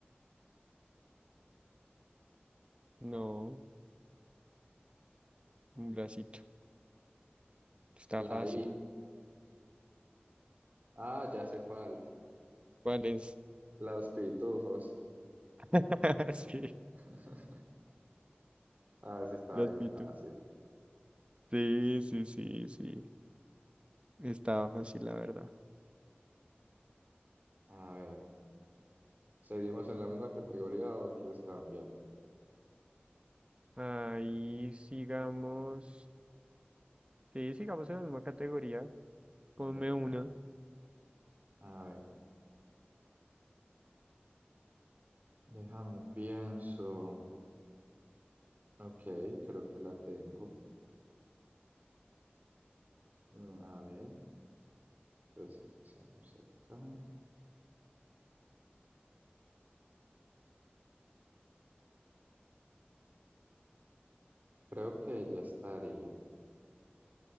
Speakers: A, on the right (about 30°); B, on the right (about 45°).
A: No. Un bracito. Está
B: La
A: fácil.
B: I. Ah, ya
A: Muy
B: sé
A: bien.
B: cuál.
A: ¿Cuál es?
B: Los pitufos.
A: <laughs> Sí,
B: <laughs> A ver si está
A: los
B: bien
A: pitufos.
B: fácil.
A: Sí, sí, sí, sí. Estaba fácil, la verdad.
B: A ver, ¿seguimos en la misma categoría o quieres cambiar
A: Ahí sigamos. Sí, sigamos en la misma categoría.
B: de
A: Ponme
B: uno?
A: una.
B: A ver, déjame pienso. Ok, creo que la tengo. Mm, A ver, entonces empezamos acá. Creo que ya estaría.